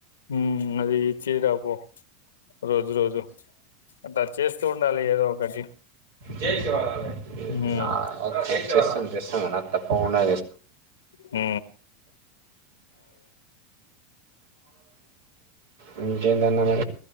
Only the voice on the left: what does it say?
ఉమ్ అది ఇచ్చి రాపో రోజు రోజు అట్లా చేస్తూ ఉండాలి ఏదో ఒకటి
హ్మ్
ఊ